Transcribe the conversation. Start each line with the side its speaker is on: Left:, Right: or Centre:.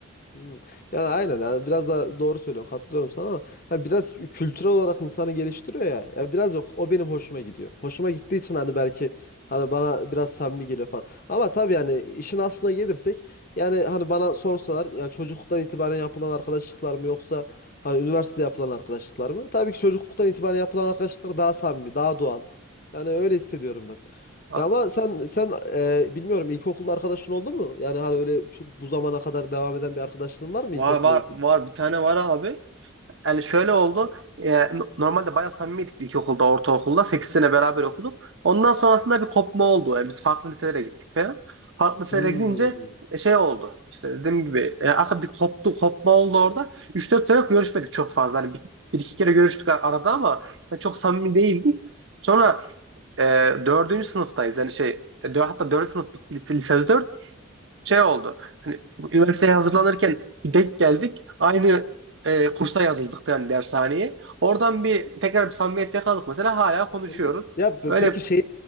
Left: Hmm. Yani aynen yani biraz daha doğru söylüyorsun katılıyorum sana ama hani biraz kültürel olarak insanı geliştiriyor ya. Ya biraz yok o benim hoşuma gidiyor. Hoşuma gittiği için hani belki hani bana biraz samimi geliyor falan. Ama tabii yani işin aslına gelirsek yani hani bana sorsalar yani çocukluktan itibaren yapılan arkadaşlıklar mı yoksa hani üniversitede yapılan arkadaşlıklar mı? Tabii ki çocukluktan itibaren yapılan arkadaşlıklar daha samimi, daha doğal. Yani öyle hissediyorum ben.
Right: Ha,
Left: Ya ama sen sen e, bilmiyorum ilkokul arkadaşın oldu mu? Yani hani öyle çok, bu zamana kadar devam eden bir arkadaşlığın var mı
Right: Var
Left: ilkokulda?
Right: var var bir tane var abi. Yani şöyle oldu. E, no- normalde bayağı samimiydik ilkokulda, ortaokulda. 8 sene beraber okuduk. Ondan sonrasında bir kopma oldu. Yani biz farklı liselere gittik falan. Farklı liselere
Left: Hmm.
Right: gidince e, şey oldu. İşte dediğim gibi e, aka bir koptu, kopma oldu orada. Üç dört sene görüşmedik çok fazla. Hani bir, bir iki kere görüştük ar- arada ama hani çok samimi değildik. Sonra e, 4. sınıftayız. Yani şey e, dö- hatta 4. sınıf bitti lise, lise dört şey oldu. Hani bu üniversiteye hazırlanırken bir denk geldik. Aynı e, kursa yazıldık yani dershaneye. Oradan bir tekrar bir samimiyet yakaladık mesela hala konuşuyoruz.
Left: Hmm. Ya pe-
Right: Öyle
Left: peki şeyi